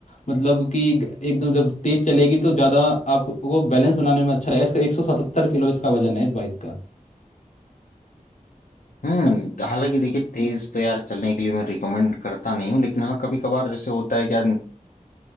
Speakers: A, on the left (about 55°); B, on the left (about 80°).
A: मतलब कि ग- एकदम जब तेज चलेगी तो ज़्यादा आपको बैलेंस बनाने में अच्छा रहेगा इसका 177 किलो इसका वजन है इस बाइक का
B: हम्म
A: अ-
B: तो हालांकि देखिए तेज तो यार चलने के लिए मैं रिकमेंड करता नहीं हूँ लेकिन हाँ कभी कभार जैसे होता है कि यार